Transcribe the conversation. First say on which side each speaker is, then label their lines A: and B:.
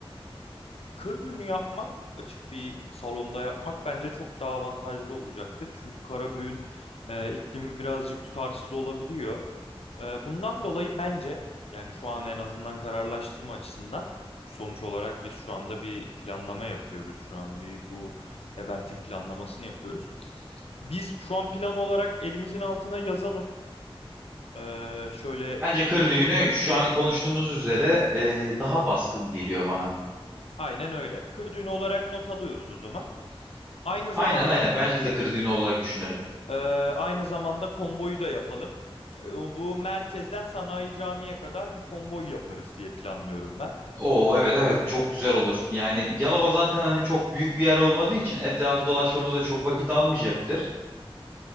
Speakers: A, on the left; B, on the right.
A: Kır düğünü yapmak açık bir salonda yapmak bence çok daha avantajlı olacaktır. Çünkü kara büğün e, iklimi birazcık tutarsız olabiliyor. E, bundan dolayı bence yani şu an en azından kararlaştırma açısından sonuç olarak biz şu anda bir planlama yapıyoruz. Şu an bir bu eventin planlamasını yapıyoruz. Biz şu an plan olarak elimizin altına yazalım. E, şöyle
B: Bence
A: kır
B: kır
A: düğünü
B: düğünü
A: olacak
B: şu
A: diye.
B: an konuştuğumuz üzere e, daha baskın geliyor bana.
A: Aynen öyle. Kır düğünü olarak not alıyoruz o zaman. Aynı zamanda
B: Aynen aynen. Bence de kır düğünü olarak düşünelim.
A: Ee, aynı zamanda konvoyu da yapalım. Ee, bu merkezden Sanayi Camii'ye kadar bir konvoy yaparız diye planlıyorum ben.
B: Oo evet evet çok güzel olur. Yani Yalova zaten hani çok büyük bir yer olmadığı için etrafı dolaşmamız da çok vakit almayacaktır.